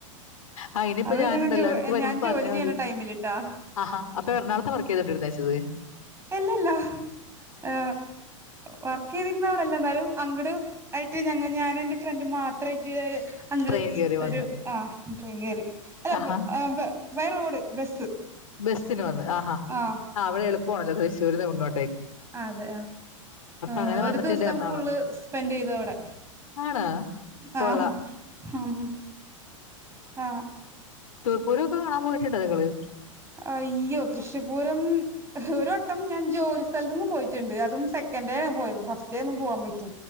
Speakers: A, on the left; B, on the right.
A: ആ ഇനിയിപ്പ
B: അത്
A: ഞാനുണ്ട്
B: ഞങ്ങ ജോ
A: എല്ലാവടക്കും വരുമ്പോൾ
B: ഞാൻ ജോലി
A: പറഞ്ഞാൽ
B: ചെയ്യണ
A: മതി
B: ടൈമിലിട്ടാ
A: ആ അപ്പൊ എറണാളത്തെ വർക്ക് ചെയ്തോണ്ടിരുന്ന ദേ
B: എല്ലല്ല ആ വർക്ക് ചെയ്തിരുന്ന അവിടല്ല എന്നാലും അങ്ങിട് ആയിട്ട് ഞങ്ങ ഞാന എന്റെ ഫ്രണ്ട് മാത്രമായിട്ട് അങ്ങള്ൾ
A: ട്രെയിൻ കേറി വന്ന്.
B: ഒരു ആ ട്രെയിൻ കയറി അല്ലഹ
A: ആഹാ!
B: ഭാ ഭാ വയറോട് ബസ്സ്
A: ബെസ്സിന് വന്ന് ആഹാ
B: ആഹ്
A: ആ അവിടെ എളുപ്പമാണല്ലോ തൃശൂരിന്ന് മിങ്ങോട്ട്
B: അതെ ആ
A: അങ്ങനെ
B: ഒരു
A: വന്നിട്ടുണ്ട്
B: ദിവസം
A: എറണാകുളം.
B: ഫുള്ള് സ്പെൻഡ് ചെയ്തു അവിടെ
A: ആണോ? കൊള്ളാം.
B: ആ ഹാ ഹും ആ
A: പൂരോക്കെ കാണാൻ പോയിട്ടുണ്ടോ നിങ്ങള്
B: അയ്യോ തൃശ്ശൂപൂരം ഒരു വട്ടംഞാൻ ജോലി സ്ഥലത്തുന്ന് പോയിട്ടുണ്ട് അതും സെക്കൻഡ് ഡേ ആണ് പോയത് ഫസ്റ്റ് ഡേ ഒന്നും പോവാൻ പറ്റി